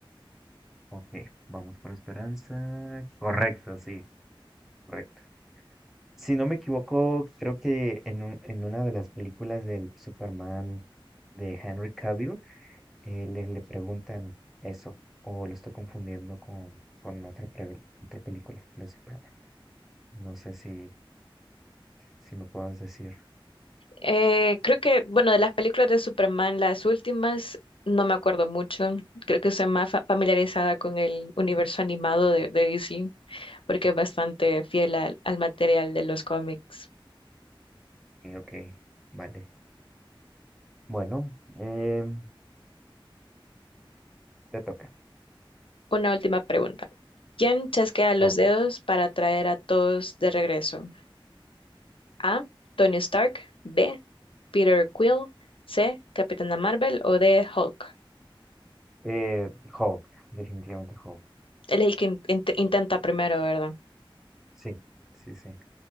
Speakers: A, in the centre; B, on the left (about 75°).
A: Ok, vamos por esperanza. Correcto, sí, correcto. Si no me equivoco, creo que en, un- en una de las películas del Superman de Henry Cavill, eh, le, le preguntan eso, o lo estoy confundiendo con, con otra, pre- otra película de Superman. No sé si, si me puedas decir.
B: Eh, creo que, bueno, de las películas de Superman, las últimas, no me acuerdo mucho. Creo que soy más fa- familiarizada con el universo animado de, de DC, porque es bastante fiel al, al material de los cómics.
A: Eh, ok, vale. Bueno, em, te toca.
B: Una última pregunta. ¿Quién chasquea los
A: Ok.
B: dedos para traer a todos de regreso? A. Tony Stark. B. Peter Quill. C. Capitana Marvel o D. Hulk.
A: Eh, Hulk, definitivamente Hulk.
B: Él es el que in- int- intenta primero, ¿verdad?
A: Sí, sí, sí.